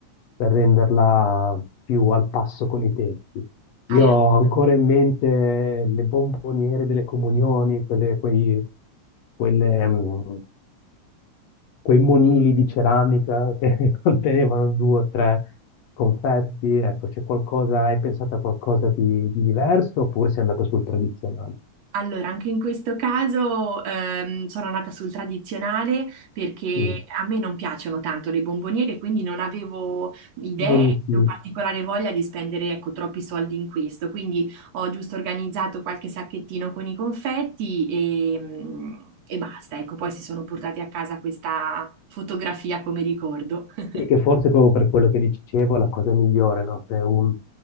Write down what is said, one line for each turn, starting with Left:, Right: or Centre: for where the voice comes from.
Left: per renderla più al passo con i tempi. Io
Right: Hai ragione.
Left: ho ancora in mente le bomboniere delle comunioni, quelle, quei, quelle, mm, quei monili di ceramica che <laughs> contenevano due o tre confetti, ecco, c'è qualcosa, hai pensato a qualcosa di, di diverso oppure sei andato sul tradizionale?
Right: Allora, anche in questo caso ehm, sono andata sul tradizionale perché
Left: Mm.
Right: a me non piacciono tanto le bomboniere, quindi non avevo idee
Left: Non- mm.
Right: o particolare voglia di spendere, ecco, troppi soldi in questo. Quindi ho giusto organizzato qualche sacchettino con i confetti e, mm, e basta. Ecco, poi si sono portati a casa questa fotografia come ricordo. <laughs>
Left: Sì, che forse proprio per quello che dicevo è la cosa migliore, no? Se un-